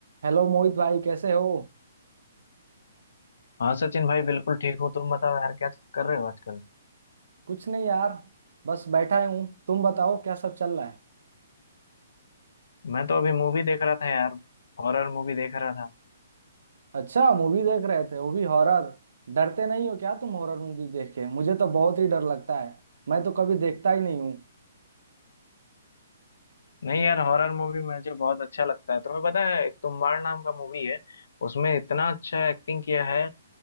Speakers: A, on the right; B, on the left.
A: Hello Mohit भाई कैसे हो
B: हाँ सचिन भाई बिल्कुल ठीक हो तुम बताओ यार क्या कर रहे हो आजकल
A: कुछ नहीं यार बस बैठा ही हूँ तुम बताओ क्या सब चल रहा है
B: मैं तो अभी मूवी देख रहा था यार हॉरर मूवी देख रहा था
A: अच्छा मूवी देख रहे थे वो भी हॉरर डरते नहीं हो क्या तुम हॉरर मूवी देख के मुझे तो बहुत ही डर लगता है मैं तो कभी देखता ही नहीं हूँ
B: नहीं यार हॉरर मूवी मुझे बहुत अच्छा लगता है तुम्हें पता है एक तुम्बाड़ नाम का मूवी है उसमें इतना अच्छा एक्टिंग किया है